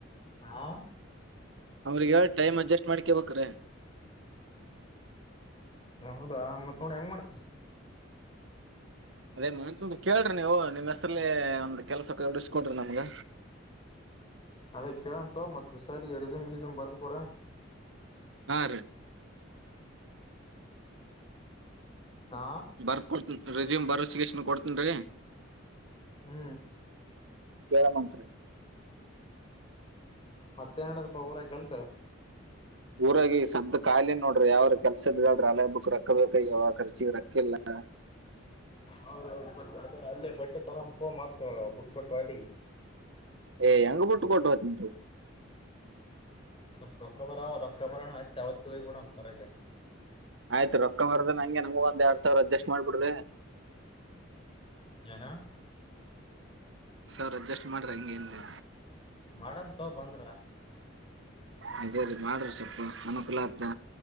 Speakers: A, on the left; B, on the right.
A: ಹಾ
B: ಅವ್ರಿಗೆ ಹೇಳಿ ಟೈಮ್ ಅಡ್ಜಸ್ಟ್ ಮಾಡ್ಬೇಕ್ರಿ
A: ಹೌದಾ ಮತ್ ನೋಡು ಹೆಂಗ್ ಮಾಡ್ತಿ
B: ಅದೇ ಕೇಳ್ರಿ ನೀವು ನಿಮ್ಮ್ ಹೆಸರಲ್ಲೇ ಒಂದ್ ಕೆಲ್ಸಕ್ಕೆ ಕೊಡಿಸಿಕೊಡ್ರಿ ನಮ್ಗ
A: ಅದೇ ಕೇಳಮ್ ತಕೊ ಮತ್ತ ಸರ್ ಗೆ ರೇಸುಮ್ನೆ ಗಿಸುಮ್ ಬರ್ದ ಕೊಡ
B: ಹಾ ರೀ
A: ಹಾ
B: ಬರ್ ಕೊಡ್ತನ್ ರೆಸ್ಯೂಮ್ ಬರೋಸಗಸ್ನ್ ಕೊಡ್ತನ್ರೀ
A: ಹ್ಮ್
B: ಕೇಳಮಂತ್ರಿ
A: ಮತ್ತೆ ಏನ್ ನೆಡದಪ್ಪ ಊರಗೆ ಕೆಲ್ಸ
B: ಊರಾಗಿ ಸದ್ದ ಖಾಲಿ ನೋಡ್ರಿ ಯಾವ್ರ ಕೆಲ್ಸ ಇದ್ರೆ ಹೇಲ್ರಿ ಹಬ್ಬಕ ರೊಕ್ಕ ಬೇಕಾಗ್ಯವ ಖರ್ಚಿಗೆ ರೋಕಿಲ್ಲ <inaudible>
A: ಹೌಹೌದು ಅಲ್ಲೇ ಬಟ್ಟೆ ತರಂಪು ಮತ್ತ <unintelligible>
B: ಏ ಹೆಂಗ ಬಟ್ಟುಕೋಟ್ಟ ಹೋತೀನಿರಿ
A: ಸ್ವಲ್ಪ ರೊಕ್ಕ ಬಾರ ರೊಕ್ಕ ಬರಣಯತಾವತ್ತ ಹೋಗಿ ಬಿಡಮ್ಮ ತರೋಕೆ
B: ಆಯ್ತು ರೊಕ್ಕ ಮಾರದ ನಂಗೆ ನಂಗು ಒಂದ್ ಎರಡ್ ಸಾವಿರ ಅಡ್ಜಸ್ಟ್ ಮಾಡ್ಬಿಡ್ರಿ
A: ಏನು
B: ಸಾವಿರ ಅಡ್ಜಸ್ಟ್ ಮಾಡ್ರ ಹಂಗೇ ಅಂದೇ
A: ಮಾಡಮ್ ತೋಕೊ ಬಂದ್ರೆ
B: ಅದೇ ರೀ ಮಾಡ್ರಿ ಸ್ವಲ್ಪ ಅನುಕೂಲ ಆಗ್ತಾ